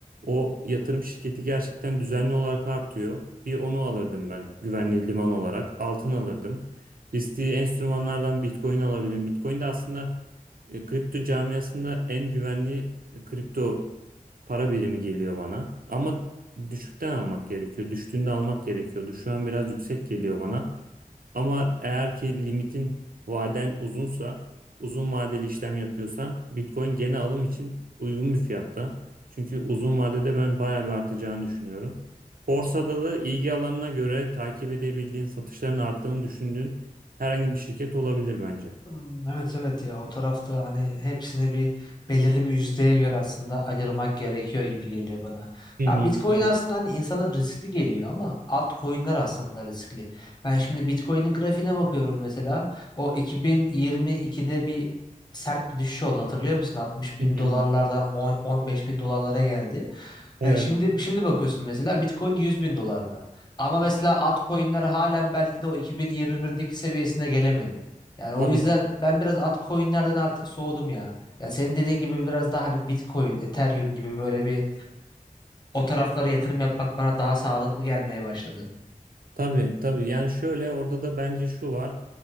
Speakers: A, on the right; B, on the left.
A: O yatırım şirketi gerçekten düzenli olarak artıyor. Bir onu alırdım ben güvenli liman olarak. Altın alırdım. Riskli enstrümanlardan Bitcoin alabilirim. Bitcoin de aslında e, kripto camiasında en güvenli kripto para birimi geliyor bana. Ama düşükten almak gerekiyor. Düştüğünde almak gerekiyordu. Şu an biraz yüksek geliyor bana. Ama eğer ki limitin vaden uzunsa, uzun vadeli işlem yapıyorsan Bitcoin gene alım için uygun bir fiyatta. Çünkü uzun vadede ben bayağı bir artacağını düşünüyorum. Borsada da ilgi alanına göre takip edebildiğin, satışların arttığını düşündüğün herhangi bir şirket olabilir bence.
B: Hmm, Evet evet ya o tarafta hani hepsini bir belirli bir yüzdeye göre aslında ayırmak gerekiyor gibi geliyor bana.
A: Hı
B: Ya
A: hı.
B: Bitcoin aslında hani insana riskli geliyor ama altcoin'ler aslında riskli. Ben şimdi Bitcoin'in grafiğine bakıyorum mesela o iki bin yirmi iki'de bir sert bir düşüş oldu hatırlıyor musun? Altmış bin
A: Hı hı.
B: dolarlardan 10 15 bin dolarlara geldi.
A: Evet.
B: E, şimdi şimdi bakıyorsun mesela Bitcoin 100 bin dolarda. Ama mesela altcoin'ler halen belki de o iki bin yirmi birdeki seviyesine gelemedi. Yani
A: Tabii
B: o yüzden ben biraz altcoin'lerden artık soğudum ya. Ya senin dediğin gibi biraz daha hani Bitcoin, Ethereum gibi böyle bir o taraflara yatırım yapmak bana daha sağlıklı gelmeye başladı.
A: Tabii tabii yani şöyle orada da bence şu var.